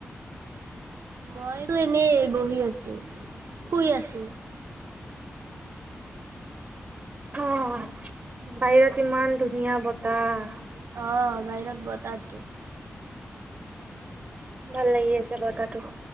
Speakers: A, on the right; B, on the right.
A: মইতো এনেই বহি আছো শুই আছো,
B: অঁ, বাহিৰত ইমান ধুনীয়া বতাহ।
A: অঁ, বাহিৰত। বতৰটো।
B: ভাল লাগি আছে বতৰটো